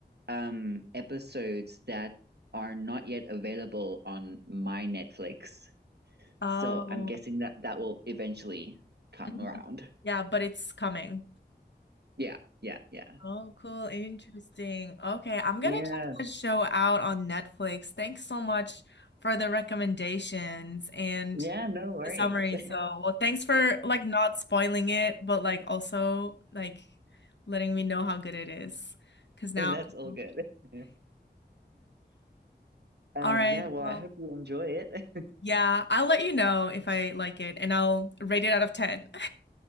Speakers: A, on the right; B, on the left.
A: um episodes that are not yet available on my Netflix.
B: Oh.
A: So I'm guessing that that will eventually come
B: Mhm.
A: around.
B: Yeah, but it's coming.
A: Yeah, yeah, yeah.
B: Oh, cool. Interesting. Okay, I'm gonna
A: Yeah.
B: check that show out on Netflix. Thanks so much for the recommendations and
A: Yeah, no worries.
B: the summary. So, well, thanks for like not spoiling it, but like also like letting me know how good it is.
A: <laughs>
B: Because now,
A: That's
B: <laughs>
A: all good. <laughs> Um
B: all right,
A: yeah, well,
B: well,
A: I hope you enjoy it. <laughs>
B: yeah, I'll let you know if I like it and I'll rate it out of 10. <laughs>